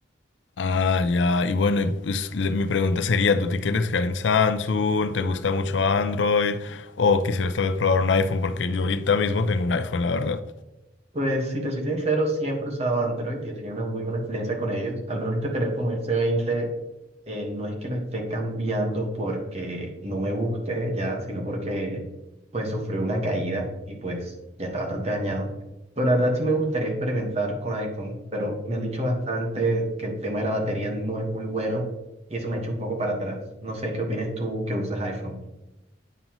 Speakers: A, on the left; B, on the right.
A: Ah, ya, y bueno, y, pues, le- mi pregunta sería, ¿tú te quieres quedar en Samsung? ¿Te gusta mucho Android? ¿O quisieras tal vez probar un iPhone? Porque yo ahorita mismo tengo un iPhone, la verdad.
B: Pues si te soy sincero, siempre he usado Android y he tenido una muy buena experiencia con ellos. Al menos este teléfono s veinte. eh, no es que lo esté cambiando porque no me guste ya, sino porque pues sufrió una caída y pues ya está bastante dañado. Pero la verdad sí me gustaría experimentar con iPhone, pero me han dicho bastante que el tema de la batería no es muy bueno y eso me echa un poco para atrás. No sé qué opinas tú que usas iPhone.